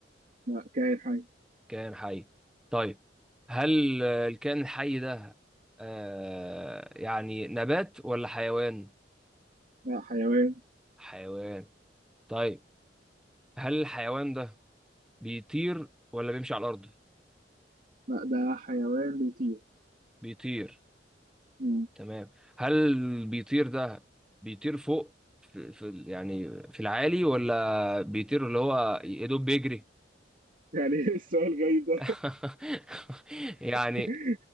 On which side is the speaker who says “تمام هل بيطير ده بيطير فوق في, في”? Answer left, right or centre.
Centre